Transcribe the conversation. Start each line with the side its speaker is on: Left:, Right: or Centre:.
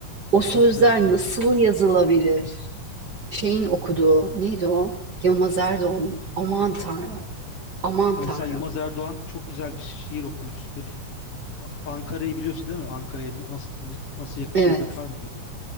Right: O sözler
Left: tabii tabii bilirim.
Right: nasıl yazılabilir? Şeyin okuduğu neydi o? Yılmaz Erdoğan'ın. Aman Tanrım. Aman
Left: Ha,
Right: Tanrım.
Left: Mesela Yılmaz Erdoğan çok güzel bir şiir okuyucusudur. A- Ankara'yı biliyorsun değil mi? Ankara'ya n- nasıl ne- nasıl yakışırdı
Right: Evet,
Left: kar mı diyordu.